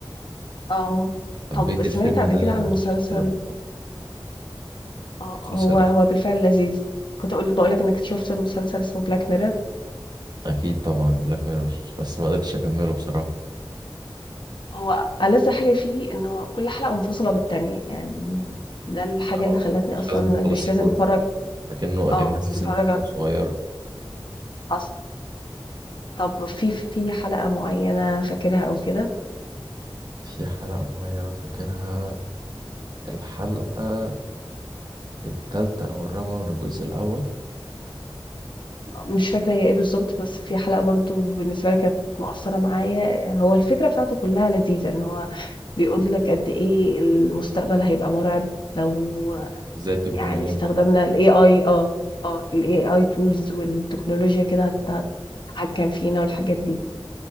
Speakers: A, on the left; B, on the right.
A: اه
B: حبيت
A: طب سمعت
B: الفيلم
A: قبل
B: ده
A: كده عن مسلسل
B: عشان كده بصراحة
A: اه
B: مسلسل
A: هو هو
B: إيه؟
A: بالفعل لذيذ كنت اقول بقولك انك شفت مسلسل اسمه بلاك ميرور
B: اكيد طبعا بلاك ميرور بس ما قدرتش اكمله بصراحة
A: هو ألذ حاجة فيه ان هو كل حلقة منفصلة بالتانية يعني ده الحاجة اللي
B: آه،
A: خلتني
B: مش
A: اصلا
B: لازم تخلصيه
A: مش لازم
B: كله
A: تفرج
B: لكنه اكنها
A: اه
B: سلسلة
A: تفرج
B: افلام
A: على-
B: صغيرة
A: حصل طب في في في حلقة معينة فاكرها او كده
B: في حلقة معينة فاكرها الحلقة التالتة أو الرابعة من الجزء الأول
A: مش فاكرة هي إيه بالضبط، بس في حلقة برضه بالنسبة لي كانت مأثّرة معايا، هو الفكرة بتاعته كلّها لذيذة، إن هو بيقول لك قد إيه المستقبل هيبقى مرعب لو
B: ازاي التكنولوجيا
A: يعني استخدمنا
B: هتدمر
A: الAI آه، آه الAI tools والتكنولوجيا كده هت هتتحكم فينا والحاجات دي،